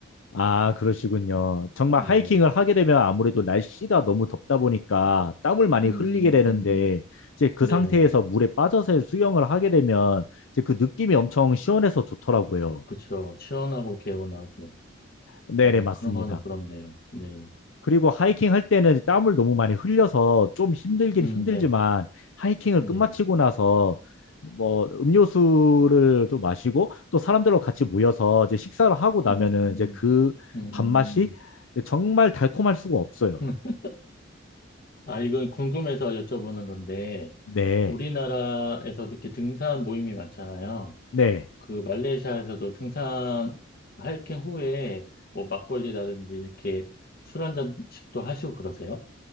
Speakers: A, on the left (about 70°); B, on the left (about 45°).
A: 아, 그러시군요. 정말
B: 네.
A: 하이킹을 하게 되면 아무래도 날씨가 너무 덥다 보니까 땀을 많이
B: 음,
A: 흘리게 되는데 이제 그
B: 네네네.
A: 상태에서 물에 빠져서 수영을 하게 되면 이제 그 느낌이 엄청 시원해서 좋더라고요.
B: 그쵸. 시원하고 개운하고,
A: 네네,
B: 어,
A: 맞습니다.
B: 그런 거는 부럽네요. 네.
A: 그리고 하이킹 할 때는 땀을 너무 많이 흘려서 좀 힘들긴
B: 음,
A: 힘들지만
B: 네.
A: 하이킹을
B: 네.
A: 끝마치고 나서 뭐 음료수를 좀 마시고 또 사람들하고 같이 모여서 이제 식사를 하고 나면은
B: 음,
A: 이제 그
B: 음.
A: 밥맛이 정말 달콤할 수가 없어요.
B: <laughs> 아, 이건 궁금해서 여쭤보는 건데,
A: 네,
B: 우리나라에서 이렇게 등산 모임이 많잖아요.
A: 네.
B: 그 말레이시아에서도 등산, 하이킹 후에 뭐 막걸리라든지 이렇게 술 한잔씩도 하시고 그러세요?